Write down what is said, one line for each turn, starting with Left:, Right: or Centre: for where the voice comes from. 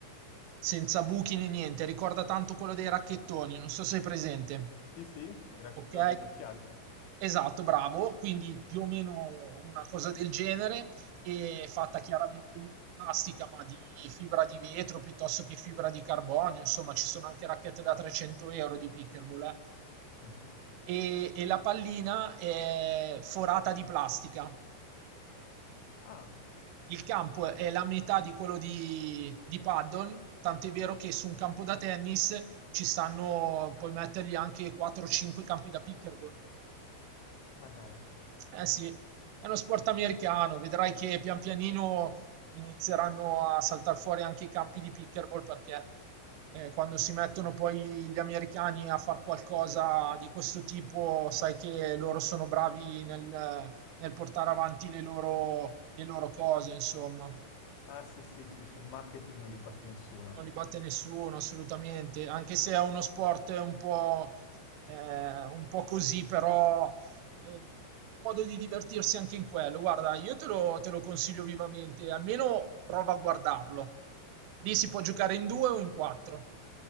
Right: senza buchi né niente, ricorda tanto quello dei racchettoni, non so se è presente,
Left: Sì, sì, i racchettoni
Right: ok?
Left: da spiaggia.
Right: Esatto, bravo, quindi più o meno una cosa del genere, e fatta chiaramente non di plastica, ma di fibra di vetro piuttosto che fibra di carbonio, insomma ci sono anche racchette da 300 euro di pickerball, eh?
Left: Mhm.
Right: e e la pallina è forata di plastica.
Left: Ah,
Right: Il campo è la metà di quello di di paddle, tant'è vero che su un campo da tennis ci stanno puoi mettergli anche 4 o 5 campi da pickleball.
Left: ma dai.
Right: Eh sì, è uno sport americano, vedrai che pian pianino inizieranno a saltare fuori anche i campi di pickleball perché eh, quando si mettono poi gli americani a fare qualcosa di questo tipo, sai che loro sono bravi nel, nel portare avanti le loro, le loro cose, insomma.
Left: Ah, sì, sì, sì, sul marketing non li batte nessuno.
Right: Non li batte nessuno, assolutamente, anche se è uno sport un po', eh, un po' così, però eh, modo di divertirsi anche in quello. Guarda, io te lo, te lo consiglio vivamente, almeno prova a guardarlo. Lì si può giocare in due o in quattro,